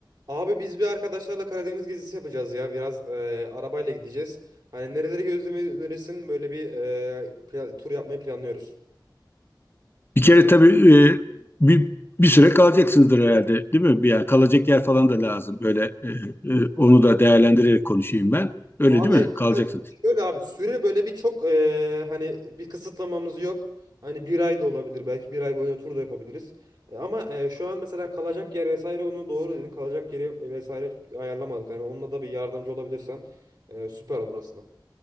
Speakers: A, on the right (about 60°); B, on the left (about 30°).
A: Abi biz bir arkadaşlarla Karadeniz gezisi yapacağız ya. Biraz e, arabayla gideceğiz. Hani nereleri gözlemeyi önerirsin böyle bir e, pla- tur yapmayı planlıyoruz.
B: Bir kere tabii e, bir, bir süre kalacaksınızdır herhalde, değil mi? Yani kalacak yer falan da lazım. Böyle e, e, onu da değerlendirerek konuşayım ben. Öyle
A: Abi
B: değil mi?
A: Kara-
B: Kalacaksın.
A: Şöyle abi süre böyle bir çok e, hani bir kısıtlamamız yok. Hani bir ay da olabilir belki bir ay boyunca tur da yapabiliriz. E, ama e, şu an mesela kalacak yer vesaire onu doğru dedin. Kalacak yeri e, vesaire ayarlamadık. Hani onunla da bir yardımcı olabilirsen e, süper olur aslında.